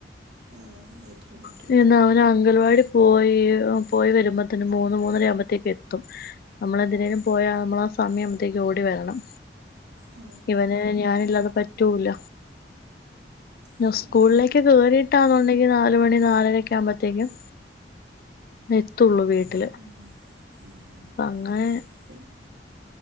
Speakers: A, on the right; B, on the left.
A: ആഹ്. <unintelligible>
B: പിന്നെന്താ അവര് അംഗൽവാടി പോയി പോയിവരുമ്പത്തിന് മൂന്ന് മൂന്നര ആവുമ്പോത്തേക്കെത്തും. എത്തും. നമ്മളെന്തിനേലും പോയാ നമ്മൾ ആ സമയം ആകുബത്തേക്കും ഓടി വരണം.
A: ആ
B: ഇവന് ഞാനില്ലാതെ പറ്റൂല്ല. നു
A: ആ
B: സ്കൂൾലേക്ക്
A: അങ്ങനെയൊക്കെ
B: കേറിട്ടാന്നുണ്ടെങ്കി നാലുമണി നാലരെയൊക്കെ ആകുബത്തേക്കും. എത്തൊള്ളൂ വീട്ടില്.
A: ഉം ഉം ഉം ഉം
B: അപ്പൊ അങ്ങനെ
A: പിന്നെ.